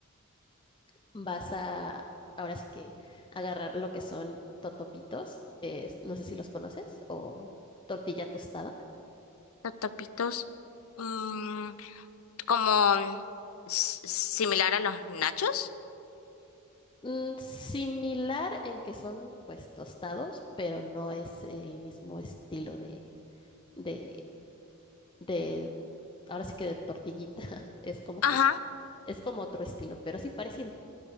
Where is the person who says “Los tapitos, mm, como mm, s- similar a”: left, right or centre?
Left